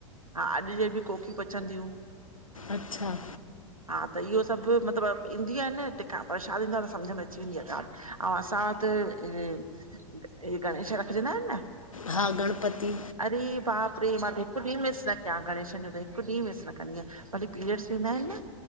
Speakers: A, on the right; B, on the left.
A: हा अॼु जे बि कोकियूं पचंदियूं।
B: अच्छा।
A: हा त इहो सभु मतलब ईंदियूं आहिन न टिका परशाद ईंदो आ न सम्झ में अची वेंदी आ ॻाल्हि ऐं असां वटि ऐ ऐ ऐ ही गणेश रखजंदा आहिन न।
B: हा गणपती।
A: अरे बाप मां त हिक ॾींहुं मिस न कयां गणेशनि जो त हिक ॾींहुं मिस न कंदी आहियां भली पीरियड्स थींदा आहिन न